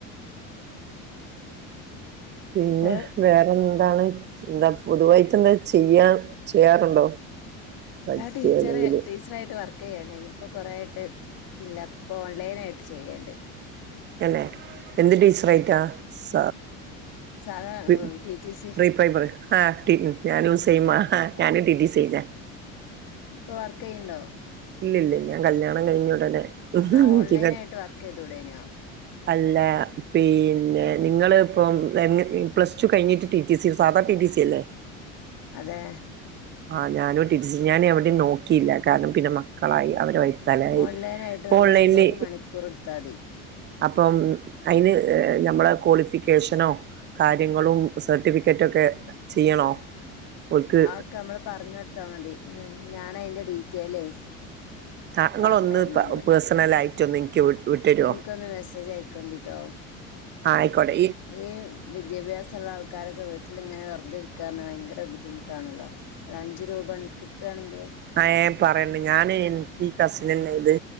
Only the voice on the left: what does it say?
അപ്പോൾ
ഞാൻ ടീച്ചറെ
ടീ ച്ചറായിട്ട് വർക്ക് ചെയ്യണ്ടേനിയിപ്പോ കൊറേയായിട്ട് ഇല്ല ഇപ്പൊ ഓൺലൈൻ ആയിട്ട് ചെയ്യണ്ട്
സാധാ
T T C
ഇപ്പൊ വർക്ക് ചെയ്യണ്ടോ
എന്നാ ഓൺലൈനായിട്ട്
വർക്ക് ചെയ്തൂടേനോ
അതെ
ഓൺലൈനയിട്ട്
നല്ല
സുഖം ഒരു മണിക്കൂർ എടുത്താൽ മതി
ആൾക്ക് അങ്ങനെ പറഞ്ഞൊടുത്താ മതി ഞാനയിന്റെ ഡീറ്റെയിലേ
പറഞ്ഞു തരുന്നുണ്ട്
എനിക്കൊന്ന് മെസ്സേജ് അയക്കോണ്ടിട്ടോ
ഈ വിദ്യാഭ്യാസമുള്ള ആൾക്കാരൊക്കെ വീട്ടിലിങ്ങനെ വെറുതെയിരിക്കാ പറഞ്ഞാ ഭയങ്കര ബുദ്ധിമുട്ടാ ട്ടാണല്ലോ ഒര് അഞ്ച് രൂപ കിട്ടുകയാണെങ്കിൽ